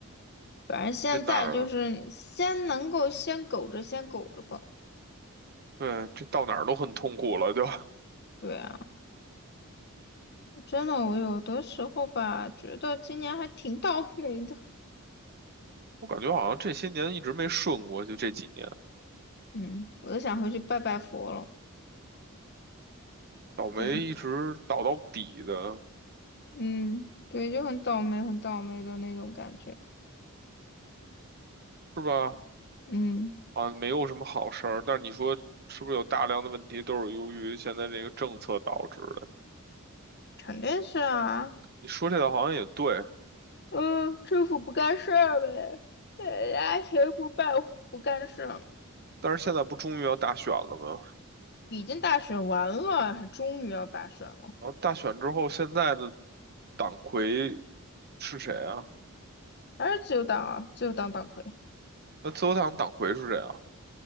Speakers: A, on the left; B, on the right.
A: 反正现在就是先能够先苟着，
B: 这哪儿啊
A: 先苟着吧。
B: 对，这到哪儿都很痛苦了，就。
A: 对啊。真的，我有的时候吧，觉得今年还挺倒霉的。
B: 我感觉好像这些年一直没顺过，就这几年
A: 嗯，我都想回去拜拜佛了。
B: 倒霉一直倒到底的，
A: 对，嗯，对，就很倒霉，很倒霉的那种感觉。
B: 是吧？
A: 嗯，
B: 啊，没有什么好事儿。但是你说是不是有大量的问题都是由于现在这个政策导致的？
A: 肯定是啊。
B: 你说这个好像也对，
A: 嗯，政府不干事儿呗，人家谁不办不干事儿？
B: 但是现在不终于要大选了吗？
A: 已经大选完了，还终于要大选了，
B: 然后大选之后，现在的党魁是谁啊？
A: 还是自由党啊，自由党党魁
B: 那自由党党魁是谁啊？